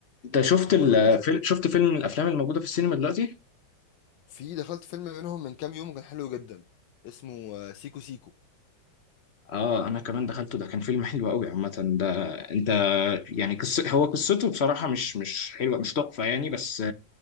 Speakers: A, on the left; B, on the left.
A: انت شفت
B: بقول
A: الفيلم
B: لك إيه، شو-
A: شفت فيلم من الافلام الموجوده في السينما دلوقتي
B: في دخلت فيلم منهم من كام يوم كان حلو جدا اسمه آه، سيكو سيكو
A: اه انا كمان دخلته ده كان فيلم حلو قوي عامه ده انت يعني قص... هو قصته بصراحه مش مش حلوه مش تحفه يعني بس